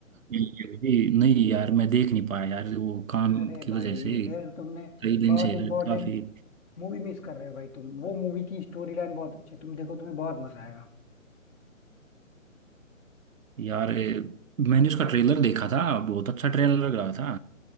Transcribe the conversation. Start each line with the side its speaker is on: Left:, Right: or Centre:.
Right: ये नहीं यार मैं देख नहीं पाया यार वो काम
Left: अरे
Right: की
Left: भाई
Right: वजह से
Left: फिर तुमने
Right: कई दिन
Left: बहुत
Right: से
Left: इंपॉर्टेंट
Right: काफी
Left: मूवी मिस कर रहे हो भाई तुम वो मूवी की स्टोरी लाइन बहुत अच्छी है तुम देखो तुम्हें बहुत मजा आएगा
Right: यार ए, मैंने उसका ट्रेलर देखा था बहुत अच्छा ट्रेलर लग रहा था